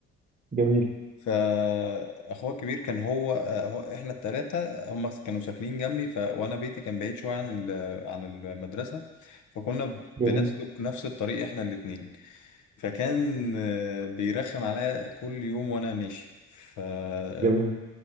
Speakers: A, on the right; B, on the left.
A: جميل
B: فاخوه الكبير كان هو آه، هو احنا التلاتة هم كانوا ساكنين جنبي ف... وانا بيتي كان بعيد شوية عن ال... عن المدرسة فكنا ب- بنسلك
A: جميل
B: نفس الطريق احنا الاتنين فكان آه، بيرخم عليا كل يوم وانا ماشي فكنت
A: جميل